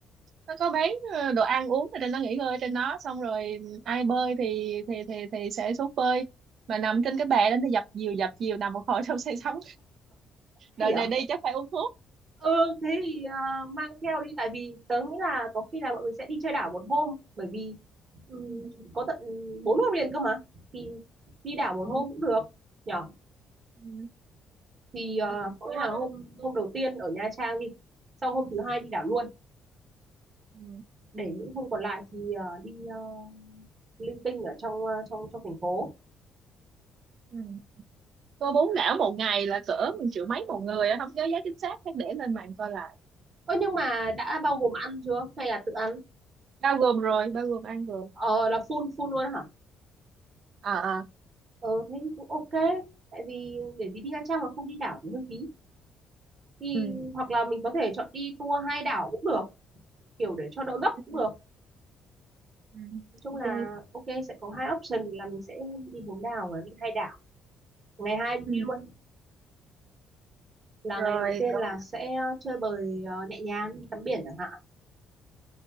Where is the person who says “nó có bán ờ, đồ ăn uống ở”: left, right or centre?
Right